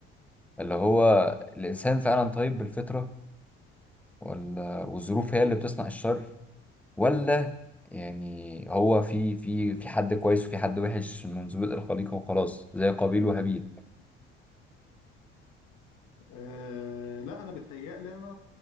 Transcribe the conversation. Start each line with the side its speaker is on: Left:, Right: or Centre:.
Centre: اللي هو الانسان فعلا طيب بالفطره ولا والظروف هي اللي بتصنع الشر ولا يعني هو في في في حد كويس وفي حد وحش من ظروف الخليقه وخلاص زي قابيل وهابيل
Left: أه لا انا بتهيألي انا